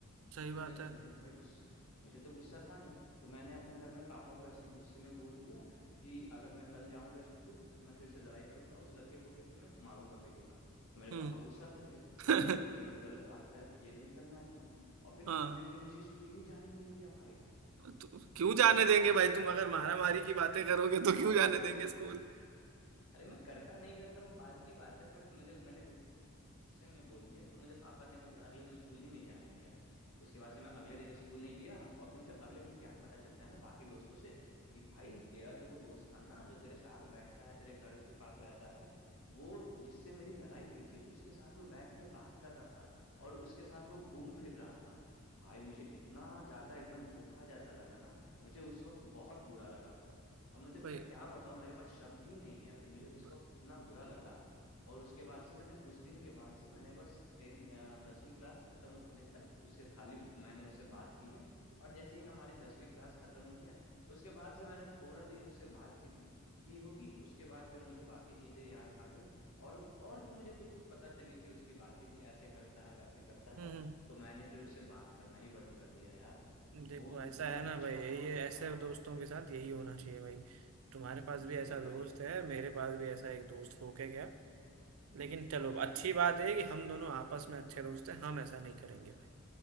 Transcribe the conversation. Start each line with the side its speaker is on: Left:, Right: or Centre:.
Right: सही
Left: फिर
Right: बात
Left: मैं
Right: है
Left: मुझे तो भाई गुस्स मुझे तो गुस्सा था ही तो मैंने अपने घर में पापा को ऐसे ही गुस्से में बोल दिया कि अगर मैं कल जाऊंगा स्कूल तो मैं फिर से लड़ाई करूंगा उस लड़के को फिर से मैं मारूंगा पीटूंगा तो मेरे
Right: हम्म
Left: पापा गुस्सा कर गए कि
Right: <laughs>
Left: नहीं भाई ये तो गलत बात है ये नहीं करना है तुम्हें और फिर
Right: हाँ
Left: अगले दिन मुझे स्कूल ही जाने नहीं दिया भाई
Right: तो क्यों जाने देंगे भाई तुम अगर मारा मारी की बातें करोगे तो क्यों जाने देंगे स्कूल
Left: <laughs> अरे मैं करता नहीं करता वो बाद की बात है बट मुझे मैंने गुस्से में बोल दिया तो मुझे पापा ने मुझे अगले दिन स्कूल ही नहीं जाने दिया उसके बाद से मैं अगले दिन स्कूल नहीं गया और फिर मुझे अगले दिन क्या पता चलता है ना बाकी दोस्तों से कि भाई तेरा जो वो दोस्त था ना जो तेरे साथ बैठता है तेरे घर के पास रहता है वो जिससे मेरी लड़ाई हुई थी उसके साथ वो बैठ के बात कर रहा था और उसके साथ वो घूम फिर रहा था भाई मुझे इतना ज्यादा एकदम धोखा जैसा लगा ना मुझे उस वक्त बहुत बुरा लगा और मुझे मैं
Right: भाई
Left: क्या बताऊं मेरे पास शब्द ही नहीं है अभी मुझे
Right: ब-
Left: इस वक्त इतना बुरा लगा और उसके बाद से मैंने उस दिन के बाद से मैंने बस टेन दसवीं क्लास खत्म होने तक उससे खाली मैंने उससे बात की है और जैसे ही हमारी दसवीं क्लास खत्म हुई है उसके बाद से मैंने थोड़ा दिन उससे बातचीत की होगी उसके बाद फिर मुझे बाकी चीजें याद आ गई और और भी मुझे कुछ कुछ पता चली थी उसकी बातें कि ऐसे करता है वैसे करता
Right: हम्म
Left: है तो मैंने फिर उससे बात करना ही बंद कर दिया यार
Right: हम्म, देखो
Left: वो
Right: ऐसा
Left: मेरा
Right: है
Left: अच्छा
Right: ना भाई ये
Left: दोस्त
Right: ऐसे
Left: था
Right: दोस्तों के साथ यही होना चाहिए भाई तुम्हारे पास भी ऐसा
Left: भाई यार
Right: दोस्त है मेरे पास भी ऐसा एक दोस्त होके गया लेकिन चलो
Left: <laughs>
Right: अच्छी बात है कि हम दोनों आपस में अच्छे दोस्त हैं हम ऐसा नहीं करेंगे भाई